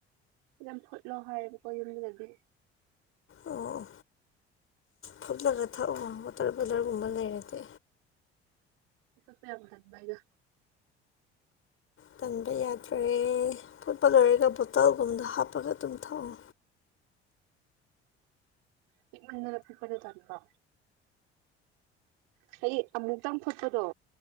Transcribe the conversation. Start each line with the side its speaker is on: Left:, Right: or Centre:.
Right: ꯌꯥꯝ ꯐꯨꯠꯂꯣ ꯍꯥꯏꯌꯦꯕꯀꯣ ꯌꯨꯝꯗꯨꯗꯗꯤ
Left: ꯑꯣ ꯐꯨꯠꯂꯒ ꯊꯛꯑꯣ ꯋꯥꯇꯔ ꯕꯣꯏꯂꯔꯒꯨꯝꯕ ꯂꯩꯔꯗꯤ
Right: ꯆꯠꯄ ꯌꯥꯝ ꯇꯟꯕ ꯑꯩꯗꯣ
Left: ꯇꯟꯕ ꯌꯥꯗ꯭ꯔꯦ ꯐꯨꯠꯄ ꯂꯣꯏꯔꯒ ꯕꯣꯇꯜꯒꯨꯝꯕꯗꯣ ꯍꯥꯞꯄꯒ ꯑꯗꯨꯝ ꯊꯛꯑꯣ
Right: ꯄꯤꯛꯃꯟꯗꯅ ꯐꯨꯠꯄꯗꯣ ꯇꯟꯕ ꯍꯥꯏꯗꯤ ꯑꯃꯨꯛꯇꯪ ꯐꯨꯠꯄꯗꯣ